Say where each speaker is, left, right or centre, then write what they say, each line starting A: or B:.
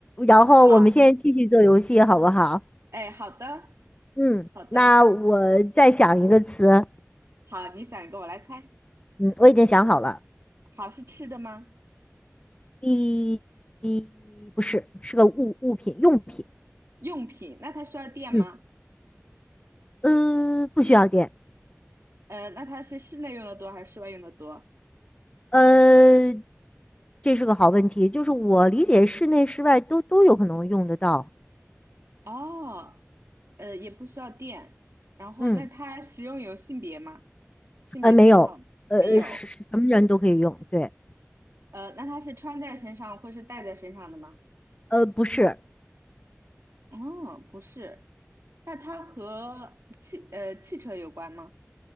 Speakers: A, on the left; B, on the right.
A: 然后我们现在继续做游戏好不好？
B: 好，哎，好的
A: 嗯，
B: 好的。
A: 那我再想一个词，
B: 好，你想一个，我来猜。
A: 嗯，我已经想好了，
B: 好，是吃的吗？
A: 一，一不是，是个物物品用品。
B: 用品，那它需要电吗？
A: 嗯，呃，不需要电，
B: 呃，那它是室内用的多还是室外用的多？
A: 呃，这是个好问题，就是我理解室内室外都都有可能用得到，
B: 哦，呃，也不需要电。然后，
A: 嗯，
B: 那它使用有性别吗？性别偏好没有。
A: 呃，没有，呃呃，是是什么人都可以用，对，
B: 呃，那它是穿在身上或是戴在身上的吗？
A: 呃，不是，
B: 哦，不是。那它和汽呃汽车有关吗？